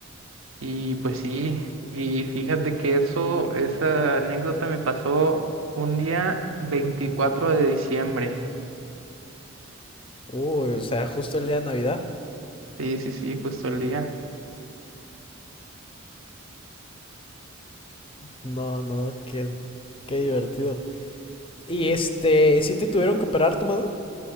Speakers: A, on the right (about 75°); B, on the left (about 25°).
A: Y pues sí, y fíjate que eso, esa anécdota me pasó un día 24 de diciembre.
B: Uy, o sea, justo el día de Navidad.
A: Sí, sí, sí, justo el día.
B: No, no, qué, qué divertido. Y este, ¿sí te tuvieron que operar tu mano?